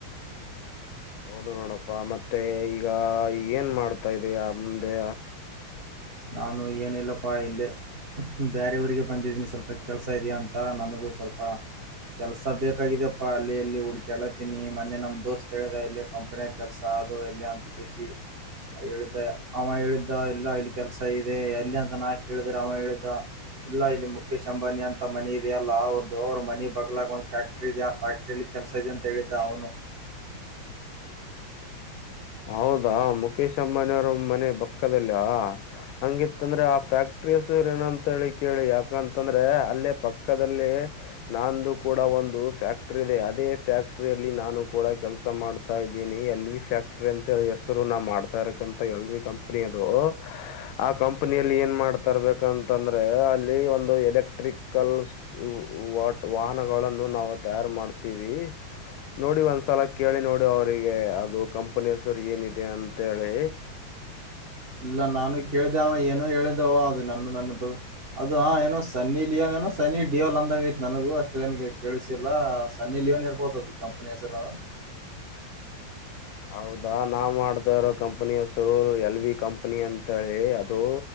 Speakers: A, on the left (about 85°); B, on the right (about 40°).
A: ಹೌದು ನೋಡಪ್ಪಾ ಮತ್ತೆ ಈಗ ಏನ್ ಮಾಡ್ತಾ ಇದಯ ಮುಂದೆ.
B: ನಾನು ಏನಿಲ್ಲಪ್ಪಾ ಇಲ್ಲಿ ಬೇರೆಯವರಿಗೆ ಬಂದಿದೀನಿ ಸ್ವಲ್ಪ ಕೆಲ್ಸ ಇದೆಯ ಅಂತ ನನಗೂ ಸ್ವಲ್ಪ ಕೆಲ್ಸ ಬೇಕಿದಪ್ಪಾ ಅಲ್ಲಿ ಎಲ್ಲಿ ಹುಡ್ಕೇಳತೀನಿ ಮೊನ್ನೆ ನಮ್ ದೋಸ್ತ್ ಹೇಳ್ದ ಇಲ್ಲ ಕಂಪನಿಯ ಕೆಲ್ಸ ಅದು ಎಲ್ಲ ಅಂತ ಕಿಸಿ ಹೇಳ ಅವ ಹೇಳಿದ್ದ ಇಲ್ಲ ಇ ಕೆಲ್ಸ ಇದೆ ಅಲ್ಲಿ ಅಂತ ನಾ ಕೇಳಿದ್ರೆ ಅವನು ಹೇಳಿದ್ದ ಇಲ್ಲ ಇಲ್ಲಿ ಮುಖೇಶ್ ಅಂಬಾನಿ ಅಂತ ಮನಿ ಇದೆಯ ಅಲ್ಲಾ ಅವ್ರ್ದ ಅವ್ರ ಮನ ಬಗ್ಲಾಗ ಒಂದ್ ಫ್ಯಾಕ್ಟ್ರಿ ಇದೆ ಆ ಫ್ಯಾಕ್ಟ್ರಲ್ಲಿ ಕೆಲ್ಸ ಇದೆ ಅಂತ ಹೇಳಿದ್ದ ಅವನು.
A: ಹೌದಾ ಮುಖೇಶ್ ಅಮ್ಮಾನಿ ಅವ್ರ ಮನೆ ಪಕ್ಕದಲ ಹಾ. ಹಂಗಿತ್ತ ಅಂದ್ರೆ ಆ ಫ್ಯಾಕ್ಟ್ರಹೆಸ್ರು ಏನ ಅಂತ ಹೇಳಿ ಕೇಳಿ ಯಾಕಂತಂದ್ರೆ ಅಲ್ಲೇ ಪಕ್ಕದಲ್ಲಿ ನಾಂದು ಕೂಡ ಒಂದು ಫ್ಯಾಕ್ಟ್ರಿ ಇದೆ ಅದೇ ಫ್ಯಾಕ್ಟರಿ ಅಲ್ಲಿ ನಾನು ಕೂಡ ಕೆಲಸ ಮಾಡ್ತಾ ಇದ್ದೀನಿ ಎಲ್ಲಿ ಫ್ಯಾಕ್ಟ್ರ ಅಂತ ಹೆಸರು ನಾ ಮಾಡ್ತಾ ಇರಕ್ಕಂತ ಎಲ್ ಕಂಪನಿ ಅದು ಆ ಕಂಪನಿಯಲ್ಲಿ ಏನ್ ಮಾಡ್ತಾ ಇರ್ಬೇಕಂತಂದ್ರೆ ಅಲ್ಲಿ ಒಂದು ಎಲೆಕ್ಟ್ರಿಕಲ್ ವ ವಾಟ್ ವಾಹನಗಳನ್ನು ನಾವು ತಯಾರ್ ಮಾಡ್ತೀವಿ ನೋಡಿ ಒಂದ್ಸಲ ಕೇಳಿ ನೋಡಿ ಅವರಿಗೆ ಅದು ಕಂಪ್ ಇನ್ನೊಂದ್ ಸಾರಿ ಏನಿದೆ ಅಂತೇಳಿ
B: ಇಲ್ಲ ನಾನು ಕೇಳ್ದೆ ಅವ್ನ ಏನು ಹೇಳಿದ್ದವ ಅದು ನನ್ನ ನನ್ನ ಅದು ಹ ಏನೋ ಸನ್ನಿ ಲಿಯೋನ್ ಏನೋ ಸನಿ ಡಿಯೋಲ್ ಅಂದಂಗ ಐತ್ ನನಗೂ ಅಷ್ಟ ಏನ್ಗೆ ಕೇಳಸಿಲ್ಲ ಸನ್ನಿ ಲಿಯೋನ್ ಇರ್ಬೋತ ಈ ಕಂಪನಿ ಹೆಸರು.
A: ಹೌದಾ ನಾವು ಮಾಡತ ಇರೋ ಕಂಪನಿಯಸುರು ಎಲ್ ವಿ ಕಂಪನಿ ಅಂತೇಳಿ ಅದು